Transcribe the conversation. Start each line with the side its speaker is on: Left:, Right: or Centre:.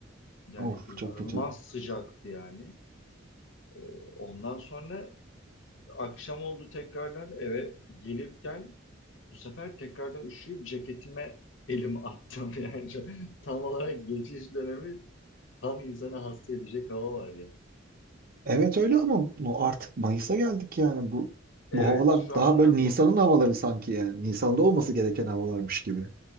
Left: Yani
Right: Of
Left: inanılmaz
Right: çok kötü.
Left: sıcaktı yani. E, ondan sonra akşam oldu tekrardan eve gelirken bu sefer tekrardan üşüyüp ceketime elim attım. <laughs> Yani şu- tam olarak geçiş dönemi tam insana hasta edecek hava var ya.
Right: Evet öyle ama bu artık Mayıs'a geldik yani bu
Left: Evet
Right: bu havalar
Left: şu anda
Right: daha böyle Nisan'ın
Left: bu
Right: havaları sanki yani. Nisan'da olması gereken havalarmış gibi.